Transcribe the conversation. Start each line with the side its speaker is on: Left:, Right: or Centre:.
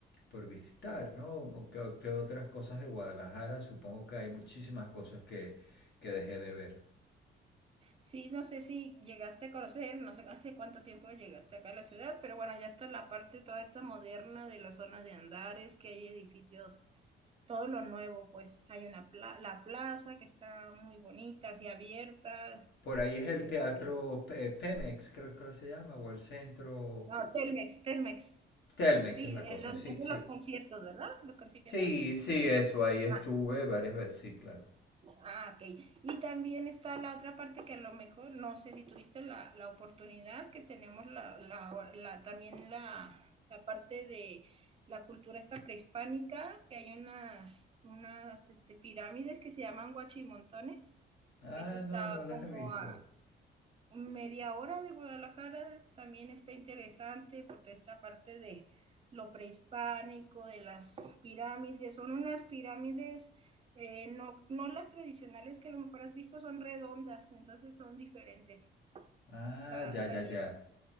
Left: por visitar, ¿no? O qué, qué otras cosas de Guadalajara. Supongo que hay muchísimas cosas que, que dejé de ver.
Right: Sí, no sé si llegaste a conocer, no sé hace cuánto tiempo llegaste acá a la ciudad, pero bueno, ya está la parte toda esta moderna de la zona de Andares, que hay edificios todo lo nuevo, pues hay una pla la plaza que está muy bonita, así abierta,
Left: Por ahí es el
Right: este,
Left: teatro eh, Pemex, creo que se llama, o el centro.
Right: no, Telmex, Telmex,
Left: Telmex
Right: Sí,
Left: es la cosa,
Right: el donde
Left: sí,
Right: hacen
Left: sí.
Right: los conciertos, ¿verdad? Los conciertos.
Left: Sí, sí, eso, ahí estuve
Right: Ah,
Left: varias veces, sí, claro.
Right: ah, ok. Y también está la otra parte que a lo mejor, no sé si tuviste la, la oportunidad que tenemos la, la, la también la, la parte de la cultura esta prehispánica, que hay unas, unas este, pirámides que se llaman guachimontones.
Left: Ah,
Right: Eso está
Left: no, no las
Right: como
Left: he visto.
Right: a, media hora de Guadalajara también está interesante porque esta parte de lo prehispánico, de las pirámides, son unas pirámides, eh, no, no las tradicionales que a lo mejor has visto, son redondas, entonces son diferentes.
Left: Ah,
Right: Está,
Left: ya, ya,
Right: también
Left: ya.